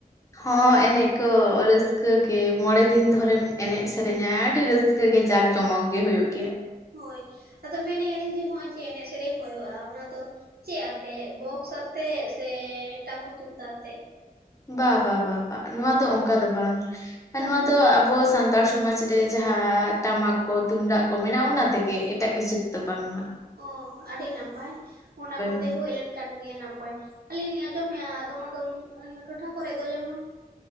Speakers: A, on the left (about 20°); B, on the right (about 80°).
A: ᱦᱚᱸ ᱮᱱᱮᱡ ᱠᱚ ᱨᱟᱹᱥᱠᱟᱹ ᱜᱮ ᱢᱚᱬᱮ ᱫᱤᱱ ᱫᱷᱚᱨᱮᱢ ᱮᱱᱮᱡ ᱥᱮᱨᱮᱧᱟ ᱟᱹᱰᱤ ᱨᱟᱹᱥᱠᱟᱹ ᱨᱟᱹᱥᱠᱟᱹ ᱜᱮ ᱡᱟᱠ ᱡᱚᱢᱚᱠ ᱜᱮ ᱦᱩᱭᱩᱜ ᱜᱮᱭᱟ
B: ᱦᱳᱭ ᱟᱫᱚ ᱢᱮᱱᱮ ᱟᱹᱞᱤᱧ ᱡᱮ ᱱᱚᱜᱼᱚᱭ ᱡᱮ ᱮᱱᱮᱡ ᱥᱮᱨᱮᱧ ᱦᱩᱭᱩᱜᱼᱟ ᱚᱱᱟ ᱫᱚ ᱪᱮᱫ ᱟᱛᱮᱜ ᱵᱚᱠᱥ ᱟᱛᱮᱜ ᱥᱮ ᱴᱟᱢᱟᱠ ᱛᱩᱢᱫᱟᱜ ᱟᱛᱮᱜ
A: ᱵᱟ ᱵᱟ ᱵᱟ ᱱᱚᱣᱟ ᱫᱚ ᱚᱱᱠᱟ ᱫᱚ ᱵᱟᱝ ᱟᱨ
B: ᱛᱟᱦᱚᱞᱮ?
A: ᱱᱚᱣᱟ ᱫᱚ ᱟᱵᱚ ᱥᱟᱱ ᱥᱟᱱᱛᱟᱲ ᱥᱚᱢᱟᱡᱽ ᱨᱮ ᱡᱟᱦᱟᱸ ᱴᱟᱢᱟᱠ ᱠᱚ ᱛᱩᱢᱫᱟᱜ ᱠᱚ ᱢᱮᱱᱟᱜ-ᱟ ᱚᱱᱟ ᱛᱮᱜᱮ ᱮᱴᱟᱜ ᱠᱤᱪᱷᱩ ᱛᱮᱫᱚ ᱵᱟᱝᱢᱟ
B: ᱚ ᱟᱹᱰᱤ ᱱᱟᱯᱟᱭ ᱚᱱᱟ ᱠᱚᱛᱮ
A: ᱦᱳᱭ
B: ᱦᱩᱭ ᱞᱮᱱ ᱠᱟᱱ ᱜᱮᱭᱟ ᱱᱟᱯᱟᱭ ᱟᱹᱞᱤᱧ ᱞᱤᱧ ᱟᱸᱡᱚᱢᱮᱫ-ᱟ ᱟᱫᱚᱢ ᱟᱫᱚᱢ ᱴᱚᱴᱷᱟ ᱠᱚᱨᱮ ᱫᱚ ᱡᱮᱢᱚᱱ